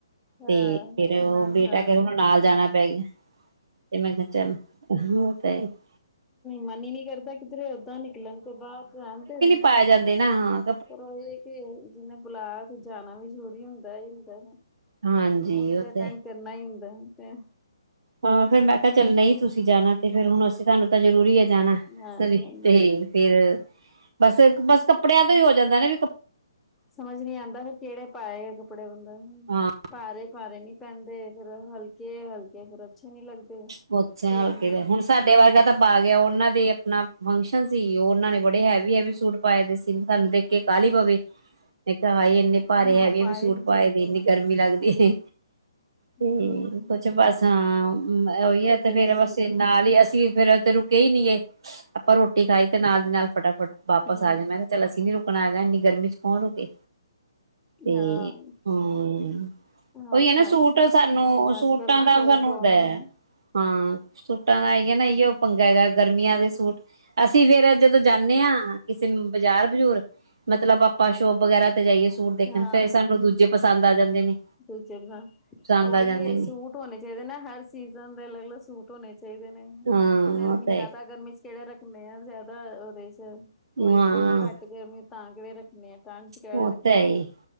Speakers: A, in the centre; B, on the right.
A: ਹਾਂ
B: ਤੇ ਫੇਰ ਉਹ
A: ਨਾ
B: ਬੇਟਾ
A: ਹਾਂ
B: ਕ ਉਹਨ ਨੂੰ ਨਾਲ ਜਾਣਾ ਪੈ ਗਿਆ। ਇਹ ਮੈਂ ਚੱਲਾਂ ਤਾਂ ਹੀ <unintelligible>
A: ਮਨ ਹੀ ਨੀ ਕਰਦਾ ਕਿਧਰੇ ਓਦਾਂ ਨਿਕਲਣ ਤੇ ਬਾਅਰ ਜਾਣ ਤੇ
B: ਪੈ ਜਾਂਦੇ ਨਾ‌ ਹਾ
A: ਰਹੇ ਕਿ ਜ <unintelligible> ਬੁਲਾਇਆ ਤੇ ਜਾਨਾ ਵੀ ਜ਼ਰੂਰੀ ਹੁੰਦਾ ਹੀ ਹੁੰਦਾ
B: ਹਾਂਜੀ
A: ਉਹੀ
B: ਉਹ
A: ਤਾਂ
B: ਤੇ
A: ਕਰਨਾ ਈ ਹੁੰਦਾ ਤੇ
B: ਹਾਂ ਫਿਰ ਮੈਂ ਕਿਹਾ ਚੱਲ ਨਹੀਂ। ਤੁਸੀਂ ਜਾਣਾ ਤੇ ਫੇਰ ਹੁਣ ਅਸੀਂ ਤੁਹਾਨੂੰ ਜ਼ਰੂਰੀ ਏ ਜਾਨਾ
A: ਹਾਂ
B: ਤੇ ਫੇਰ ਬਸ ਬਸ ਕੱਪੜਿਆਂ ਤੋਂ ਹੀ ਹੋ ਜਾਂਦਾ ਨੇ ਵੀ
A: ਸਮਝ ਨਹੀਂ ਆਂਦਾ ਫੇਰ ਕਿਹੜੇ ਪਾਏ ਕੱਪੜੇ ਬੰਦਾ
B: ਹਾਂ
A: ਭਾਰੇ ਭਾਰੇ ਨੀ ਪੈਂਦੇ ਫੇਰ ਹਲਕੇ ਹਲਕੇ ਫੇਿਰ ਅੱਛੇ ਨੀ ਲੱਗਦੇ
B: ਪੋਚੇ
A: ਧਦੇ
B: ਹਲਕੇ ਦੇ
A: <unintelligible>
B: ਹੁਣ ਸਾਡੇ ਵਰਗਾ ਤਾਂ ਪਾ ਗਿਆ ਉਹਨਾਂ ਦੇ ਆਪਣਾ ਫੰਕਸ਼ਨ ਸੀ ਉਹਨਾਂ ਨੇ ਬੜੇ ਹੈਵੀ ਹੈਵੀ ਸੂਟ ਪਾਏ ਦੇ ਸਿਮਪਲ ਦੇਖ ਕੇ ਕਾਹਲੀ ਪਵੇ ਮੈਂ ਕਿਹਾ ਹਾਏ ਇੰਨੇ ਭਾਰੇ
A: ਹਾਂ
B: ਹੈਵੀ ਹੈਵੀ ਸੂਟ
A: ਨੀ
B: ਪਾਏ
A: ਜਾਂਦੇ
B: ਦੀ ਇੰਨੀ ਗਰਮੀ ਲੱਗਦੀ ਏ
A: ਹੂੰ।
B: ਤੇ ਕੁਛ ਬਸ ਹਾਂ ਉਹੀ ਏ ਤੇ
A: ਗਰਮੀ
B: ਫੇਰ ਬਸ
A: ਹੁੰਦੀ
B: ਨਾਲ ਹੀ ਅਸੀਂ ਫੇਿਰ ਤੇ ਰੁ ਕਹੀ ਨੀ ਗੇ ਆਪਾਂ ਰੋਟੀ ਖਾਈ ਤੇ ਨਾਲ ਦੀ ਨਾਲ ਫਟਾਫਟ ਵਾਪਸ
A: ਹੂੰ
B: ਆ ਜਾਏ ਮੈਂ ਕਿਹਾ ਚੱਲ ਅਸੀਂ ਨੀ ਰੁਕਣਾ ਹੈਗਾ ਇੰਨੀ ਗਰਮੀ ਚ ਕੌਣ ਰੁਕੇ ਤੇ
A: ਹਾਂ।
B: ਹੁ ਉਹੀ
A: ਔਖਾ
B: ਹੈ ਨਾ ਸੂਟ
A: ਹੈ
B: ਸਾਨੂੰ ਸੂਟਾਂ
A: ਅੱਜ ਕੱਲ ਨਾ
B: ਦਾ ਸਾਨੂੰ
A: ਦੋ
B: ਹੁੰਦਾ
A: ਮਹੀਨੇ
B: ਹਾਂ ਸੂਟਾਂ ਦਾ ਹੈਗਾ ਨਾ ਇਹੀ ਉਹ ਪੰਗਾ ਹੈਗਾ ਗਰਮੀਆਂ ਦੇ ਸੂਟ ਅਸੀਂ ਫੇਰ ਜਦੋਂ ਜਾਂਨੇ ਆ ਕਿਸੇ ਬਜ਼ਾਰ ਬਜੂਰ ਮਤਲਬ ਆਪਾਂ ਸ਼ੋਪ ਵਗੈਰਾ ਤੇ ਜਾਈਏ ਸੂਟ ਦੇਖਣ
A: ਹਾਂ
B: ਫੇਰ ਸਾਨੂੰ ਦੂਜੇ ਪਸੰਦ ਆ ਜਾਂਦੇ ਨੇ।
A: ਦੂਜੇ ਉਹ
B: ਪਸੰਦ ਆ ਜਾਂਦੇ ਨੇ
A: ਸੂਟ <unintelligible> ਹੋਨੇ ਚਾਹੀਦੇ ਨਾ ਹਰ ਸੀਜ਼ਨ ਦੇ ਅਲੱਗ ਅਲੱਗ ਸੂਟ ਹੋਨੇ ਚਾਹੀਦੇ ਨੇ
B: ਹਾਂ
A: ਗਰਮੀ
B: ਉਹ ਤਾਂ
A: ਜ਼ਿਆਦਾ
B: ਹੈ
A: ਗਰਮੀ ਚ ਕਿਹੜੇ ਰੱਖਣੇੇ ਆ ਜ਼ਿਆਦਾ ਉਹਦੇ ਚ ਥੋੜੀ
B: ਹਾਂ
A: ਕਿਉਂ ਘੱਟ ਗਰਮੀ ਤਾਂ ਕਿਹੜੇ ਰੱਖਣੇ ਏ ਟਰੰਕ ਚ ਕਿਹੜੇ
B: ਉਹ
A: ਰੱਖਣੇ
B: ਤਾਂ ਹੈ ਹੀ